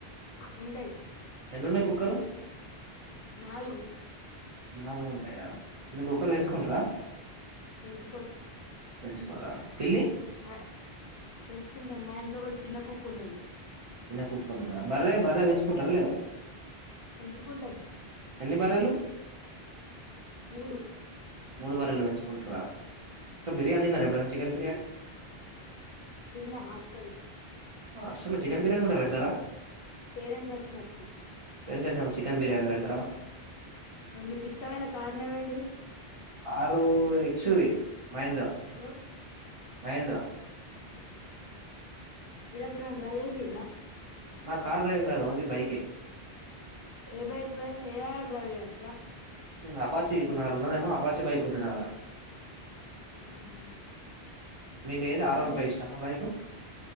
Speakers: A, on the left (about 70°); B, on the right (about 40°).
A: ఉంటై
B: ఎన్నన్నాయి కుక్కలు
A: నాలుగు
B: నాలుగు ఉంటాయా మీరు కుక్కను పెంచుకుంటారా
A: పెంచుకో
B: పెంచుకోరా పిల్లి
A: మా పెంచుకుంటాం మా ఇంట్లో కూడా చిన్న కుక్ ఉన్నది
B: చిన్న కుక్కున్నారా బర్రే బర్ర పెంచుకుంటారా లేదా
A: పెెంచికూండం
B: ఎన్ని బర్రెలు
A: మూడు
B: మూడు బర్రెలు పెంచుకుంటార బిర్యానీ ఎప్పుడన్న చికెన్ బిర్యానీ
A: తిన్నా హాస్టల్లో
B: హాస్టల్లో
A: పేరెంట్స్
B: చికెన్ బిర్యానీ
A: వచ్చినప్పుడు
B: కూడా పెడతారా
A: పేరెంట్స్ వచ్చినప్పుడు
B: పె చికన్ బియాణి పెడుతురా
A: మీకి ఇష్టమైన కార్ నేమ్ ఏంటిది
B: car X U V Mahindra
A: ఆ
B: మహేంద్ర
A: మీరు ఎప్పుడైనా డ్రైవ్ చేసిర్రా
B: నా కార్ డ్రైవింగ్ రాదు ఓన్లీ బైకే
A: ఏ బైక్ డ్రైవ్ ఏదైనా డ్రైవ్ చేయొచ్చా
B: అపాచి ఇప్పు నా ఉన్నదమ అప్పాచి బైక్ ఉండే నా దగ్గర
A: ఆహా
B: మీది ఏది ఆర్ వన్
A: ఏం చేస్
B: ఫైవ్ ఇష్టమా బైకు